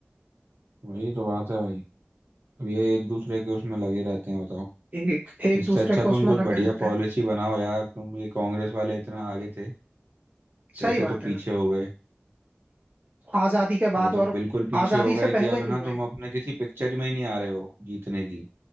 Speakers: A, on the right; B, on the right.
A: वही तो बात है भाई अब ये एक दूसरे के उसमें लगे रहते हैं बताओ
B: एक एक
A: इससे
B: दूसरे
A: अच्छा
B: को उसमें
A: तुम कुछ
B: लगे
A: बढ़िया
B: रहते
A: पॉलिसी
B: हैं
A: बनाओ यार तुम ये कांग्रेस वाले इतना आगे थे कैसे
B: सही बात
A: तो
B: है
A: पीछे
B: भाई
A: हो गए
B: आजादी के
A: ये
B: बाद
A: तो
B: और
A: बिल्कुल पीछे
B: आजादी
A: हो गए
B: से
A: कि
B: पहले
A: अब
B: भी
A: है ना
B: भाई
A: तुम अपने किसी पिक्चर में ही नहीं आ रहे हो जीतने की